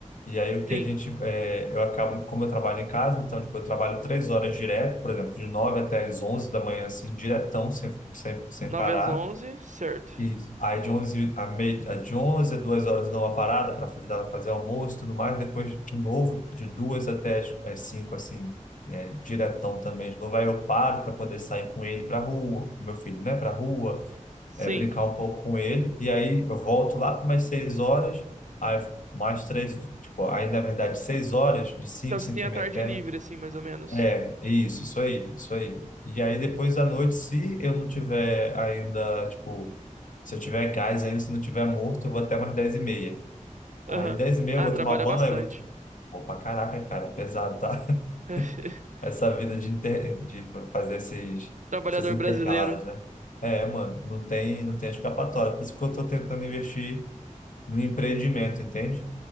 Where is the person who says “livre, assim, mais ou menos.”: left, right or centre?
Right